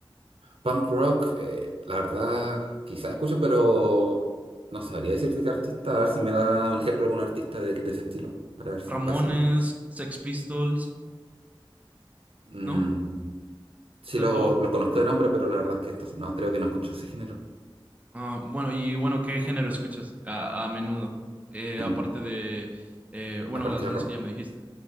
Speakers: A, on the right (about 80°); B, on the right (about 15°).
A: Punk rock, eh, la verdad, quizás escucho, pero no sabría decirte qué artista, a ver si me da un ejemplo de algún artista de, de ese estilo, para ver, sa-
B: Ramones,
A: para saber.
B: Sex Pistols,
A: Mm,
B: ¿no?
A: sí,
B: Las
A: los
B: dos,
A: lo
B: bu-
A: los conozco de nombre, pero la verdad es que entonces, no, creo que no escucho ese género,
B: ah, bueno, y bueno, ¿qué género escuchas a, a menudo? Eh,
A: mm,
B: aparte de, eh, bueno,
A: aparte
B: las bandas
A: de rock.
B: que ya me dijiste.